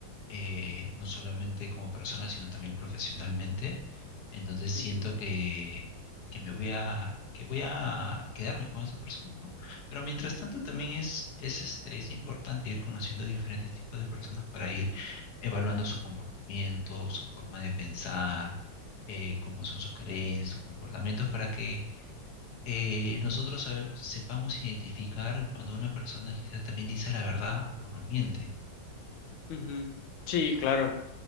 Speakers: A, on the left (about 60°); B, on the left (about 85°).
A: eh, no solamente como persona, sino también profesionalmente. Entonces siento
B: ujú,
A: que, que me voy a, que voy a quedarme con esa persona, ¿no? Pero mientras tanto también es, es, este, es importante ir conociendo diferentes tipos de personas para ir evaluando su comportamiento, su forma de pensar, eh, cómo son sus creencias, sus comportamientos, para que eh, nosotros sabe- sepamos identificar cuando una persona quizá también dice la verdad o nos miente.
B: ujú. Sí, claro.